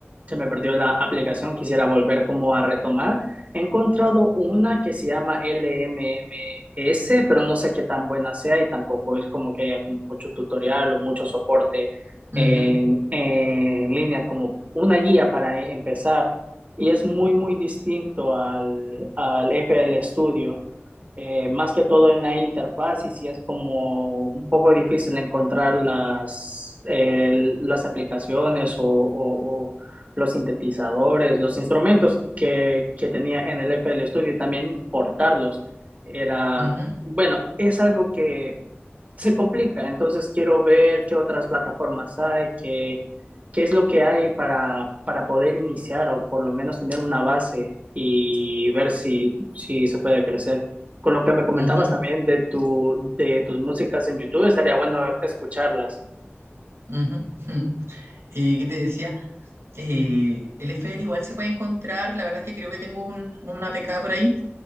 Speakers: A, on the right (about 35°); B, on the right (about 85°).
A: se me perdió la aplicación, quisiera volver como a retomar. He encontrado una que se llama LMMS, pero no sé qué tan buena sea y tampoco es como que haya como mucho tutorial o mucho soporte
B: ujú,
A: en, en línea, como una guía para e- empezar. Y es muy, muy distinto al, al FL Studio eh, más que todo en la interfaz y sí es como un poco difícil encontrar las, eh, las aplicaciones o, o- o los sintetizadores, los instrumentos que, que tenía en el FL Studio y también importarlos. Era,
B: ujú,
A: bueno, es algo que se complica. Entonces quiero ver qué otras plataformas hay, qué, qué es lo que hay para, para poder iniciar o por lo menos tener una base y ver si, si se puede crecer. Con lo que me comentabas
B: ujú,
A: también de tu, de tus músicas en YouTube, estaría bueno escucharlas.
B: ujú, jum. Eh, ¿qué te decía? Eh, el FL igual se puede encontrar, la verdad es que creo que tengo un- una pecada por ahí,